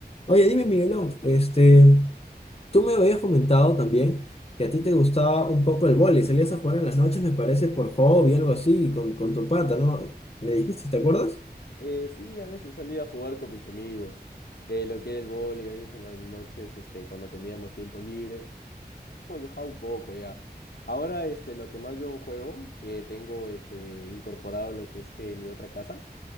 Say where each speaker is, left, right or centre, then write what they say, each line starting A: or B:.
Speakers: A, on the left; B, on the left.
A: Oye, dime, Miguelón, este. Tú me habías comentado también que a ti te gustaba un poco el vóley, salías a jugar en las noches, me parece, por hobby, algo así, con, con tu pata, ¿no? Me dijiste, ¿te acuerdas?
B: Eh, sí, a veces salía a jugar con mis amigos, eh, lo que era el vóley, a veces en las noches, este, cuando teníamos tiempo libre. hemos dejado un poco ya. Ahora, este, lo que más yo juego, que tengo, este, incorporado lo que es eh, mi otra casa